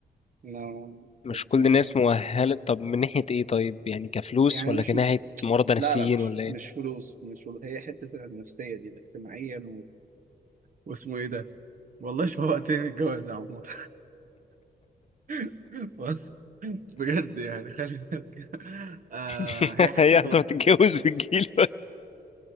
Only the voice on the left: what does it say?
مش
كل
الناس مؤهله طب من ناحيه ايه طيب يعني كفلوس
ولا
كناحيه
مرضى نفسيين
ولا ايه
<laughs>
هي هتروح
تتجوز في الجيل